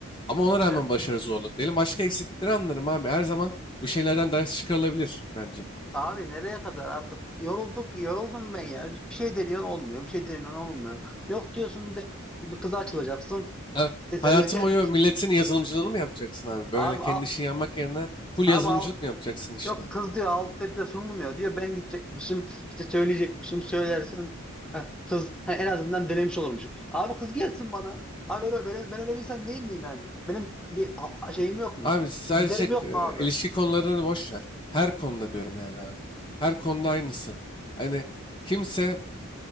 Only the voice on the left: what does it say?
Ama ona rağmen
başarı zorluk diyelim. Başka eksikleri anlarım abi. Her zaman bu şeylerden ders çıkarılabilir bence.
Yani
hayatın
boyu milletin yazılımcılığını mı yapacaksın abi? Böyle
kendi
işini yapmak yerine full
yazılımcılık
mı yapacaksın işte?
Abi sadece
e,
ilişki konularını boş ver. Her konuda diyorum yani abi. Her konuda aynısı. Hani kimse